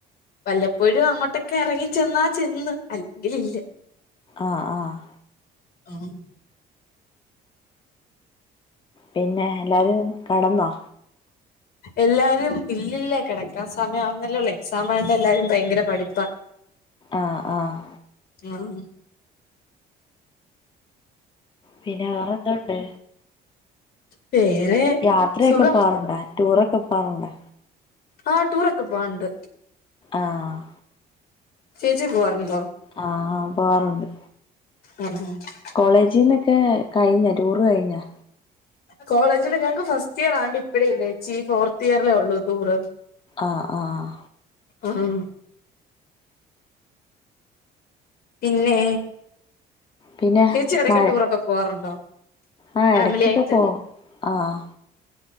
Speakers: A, on the left; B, on the left.
A: വല്ലപ്പോഴും അങ്ങോട്ടൊക്കെ ഇറങ്ങി ചെന്നാ ചെന്ന് അല്ലെങ്കിൽ ഇല്ല
B: ആഹ് ആഹ്
A: ആഹ്
B: പിന്നെ എല്ലാവരും കടന്നോ
A: എല്ലാരും ഇല്ലില്ല കിടക്കാൻ സമയം ആവുന്നല്ലേള്ളൂ എക്സാം ആയോണ്ട് എല്ലാരും ഭയങ്കര പഠിപ്പാ
B: ആഹ് ആഹ്
A: ആഹ്
B: പിന്നെ വേറെ എന്തോണ്ട്?
A: വേറെ
B: യാത്രയൊക്കെ
A: സുഖം
B: പോകറുണ്ടോ? ടൂറെക്കെ പോവാറുണ്ടോ?
A: ആഹ് ടൂർ ഒക്കെ പോവാണ്ട്.
B: ആഹ്
A: ചേച്ചി പോകാറുണ്ടോ?
B: ആഹ് പോവാറുണ്ട്.
A: ആ
B: കോളേജിനെ ക്കെ കഴിഞ്ഞോ ടൂറ് കഴിഞ്ഞോ?
A: കോളേജില് ഞങ്ങക്ക് ഫസ്റ്റ് ഇയർ ആയോണ്ട് ഇപ്പഴേ ഇല്ലേച്ചി ഫോർത്ത് ഇയറിലേ ഉള്ളൂ ടൂറ്.
B: ആഹ് ആഹ്
A: ആഹ് പിന്നെ
B: പിന്നെ
A: ചേച്ചി ഇടയ്ക്ക്
B: മഴ
A: ടൂറൊക്കെ പോവാറുണ്ടോ?
B: ആഹ്
A: ഫാമിലി
B: എടയ്ക്കൊക്കെ
A: ആയിട്ട്
B: പോകും ആഹ്